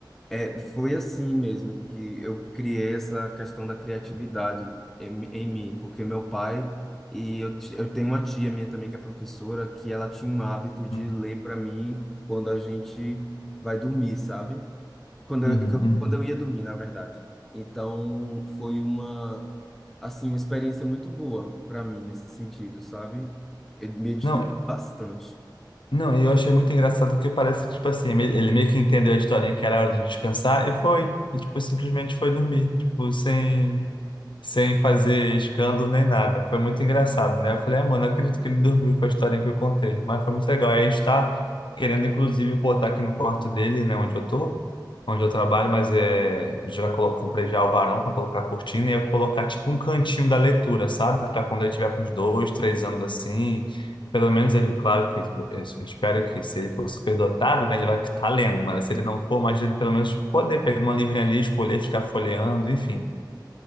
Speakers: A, in the centre; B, on the left (about 85°).
A: É, foi assim mesmo que eu criei essa questão da criatividade em, em mim, porque meu pai e eu, ti- eu tenho uma tia minha também que é professora, que ela tinha um hábito de
B: Uhum,
A: ler para mim quando a gente vai dormir, sabe? Quando
B: uhum,
A: eu, que eu-
B: uhum.
A: quando eu ia dormir, na verdade. Então, foi uma, assim, uma experiência muito boa para mim nesse sentido, sabe? Ele me edificou
B: Não,
A: bastante.
B: Não, e eu achei muito engraçado porque parece que, tipo assim, ele ele meio que entendeu a historinha que era hora de descansar e foi. E, tipo, simplesmente foi dormir. Tipo, sem sem fazer escândalo nem nada. Foi muito engraçado, né? Eu falei, ah, mano, não acredito que ele dormiu com a história que eu contei, mas foi muito legal. E a gente está querendo, inclusive, botar aqui no quarto dele, né, onde eu tô, onde eu trabalho, mas é, já colo- comprei já o varão para colocar a cortina e eu colocar tipo um cantinho da leitura, sabe? Para quando ele tiver com uns dois, três anos assim. Pelo menos ele, claro que eu eu espero que se ele for superdotado, né, ele vai estar lendo, mas se ele não for, mas ele pelo menos poder pegar uma livrinha ali, escolher, ficar folheando, enfim.